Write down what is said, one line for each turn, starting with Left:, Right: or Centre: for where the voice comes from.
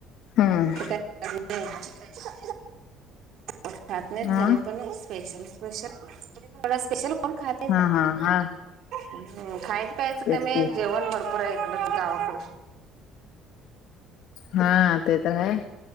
Left: हा
Right: शिकयत कर श <inaudible> खात नाहीत
Left: हा
Right: घरे पण स्पेशल स्पेशल थोडा स्पेशल कोण खात?
Left: हा हा हा
Right: हम खायचं प्यायचं
Left: तेच
Right: का म
Left: की
Right: जेवण भरपूर आहे इकडच गावाकड
Left: हा ते तर आहे.